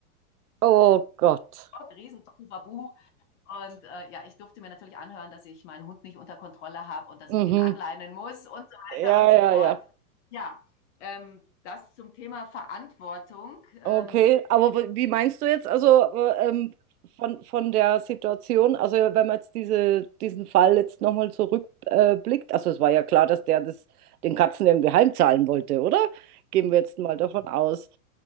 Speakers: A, on the right; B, on the left.
A: oh Gott.
B: Stock, riesen Babu. Und äh, ja, ich durfte mir natürlich anhören, dass ich meinen Hund nicht unter Kontrolle habe und dass
A: Mhm.
B: ich den anleinen muss und so
A: Ja,
B: weiter und so
A: ja,
B: fort.
A: ja.
B: Ja, ähm, das zum Thema Verantwortung. Ähm,
A: Okay, aber w- wie meinst du jetzt also äh, ähm, von, von der Situation, also wenn man jetzt diese, diesen Fall jetzt nochmal zurückblickt, äh, blickt, also es war ja klar, dass der das den Katzen irgendwie heimzahlen wollte, oder? Gehen wir jetzt mal davon aus.